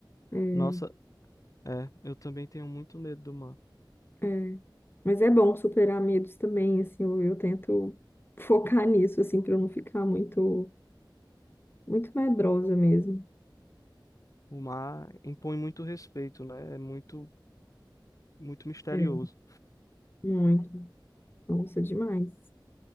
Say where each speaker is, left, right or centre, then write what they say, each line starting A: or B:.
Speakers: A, on the left; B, on the left.
A: É,
B: Nossa, é, eu também tenho muito medo do mar.
A: é, mas é bom superar medos também, assim, eu, eu tento focar nisso, assim, para eu não ficar muito, muito medrosa mesmo.
B: O mar impõe muito respeito, né? É muito, muito misterioso.
A: É, muito. Nossa, demais.